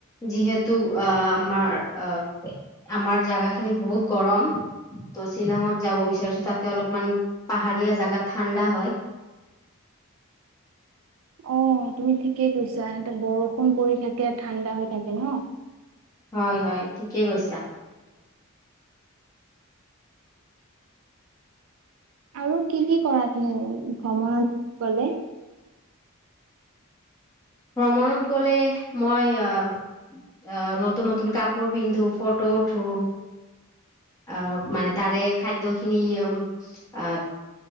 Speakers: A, on the left; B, on the right.
A: যিহেতু আ আমাৰ আহ আমাৰ জাগাখিনিত বহুত গৰম। ত' শ্বিলঙত যাব বিচাৰিছো। তাতে অলপমান পাহাৰীয়া জাগা ঠাণ্ডা হয়।
B: অ, তুমি ঠিকেই কৈছা। ইয়াতে বৰষুণ পৰি থাকে। ঠাণ্ডা হৈ থাকে ন।
A: হয় হয়। ঠিকেই কৈছা।
B: আৰু কি কি কৰা তুমি ভ্ৰমণত গলে?
A: ভ্ৰমণত গ'লে মই আহ অ নতুন নতন কাপোৰ পিন্ধো, ফটো উঠো। আহ মানে তাৰে খাদ্যখিনি আহ